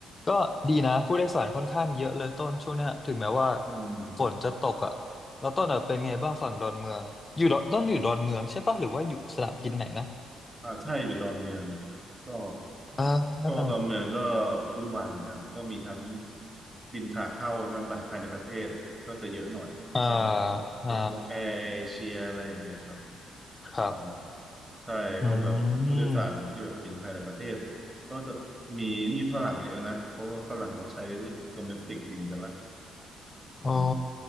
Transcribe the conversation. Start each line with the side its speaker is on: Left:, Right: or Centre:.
Left: ก็ดีนะผู้โดยสารค่อนข้างเยอะเลยต้นช่วงเนี้ยถึงแม้ว่า
Right: อืม
Left: ฝนจะตกอ่ะแล้วต้นอ่ะเป็นไงบ้างฝั่งดอนเมืองอยู่ดอนต้นอยู่ดอนเมืองใช่ปะหรือว่าอยู่สนามบินไหนนะ
Right: อ่าใช่อยู่ดอนเมืองก็
Left: อ่า
Right: ก็ดอนเมืองก็วุ่นวายเหมือนกันก็มีทั้งบินขาเข้าใช่ไหมภายในประเทศก็จะเยอะหน่อยเช่นแบบพวกนกแอร์เอเชียอะไรอย่างเงี้ยครับ
Left: อ่าอ่า ครับ
Right: อืมใช่ก็แบบผู้โดยสารที่แบบบินภายในประเทศ
Left: อืม
Right: ก็จะมีนี่ฝรั่งเยอะนะเพราะว่าฝรั่งเขาใช้ domestic บินกันละอืม
Left: อ๋อ